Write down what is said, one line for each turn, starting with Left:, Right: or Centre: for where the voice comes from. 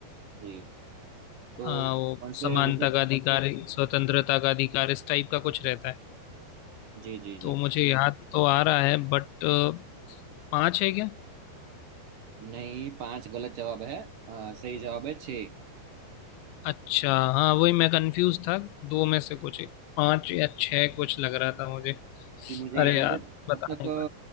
Right: जी तो
Left: आ, वो
Right: कौन से
Left: समानता
Right: विकल्प
Left: का अधिकार स्वतंत्रता का अधिकार इस टाइप का कुछ रहता है
Right: जी जी जी
Left: तो मुझे याद तो आ रहा है बट पांच है क्या
Right: नहीं पांच गलत जवाब है अ, सही जवाब है छः
Left: अच्छा हाँ वही मैं कंफ्यूज था दो में से कुछ एक पांच या छह कुछ लग रहा था मुझे
Right: जी मुझे
Left: अरे
Right: याद
Left: यार
Right: है
Left: बता
Right: तब तक
Left: नहीं पा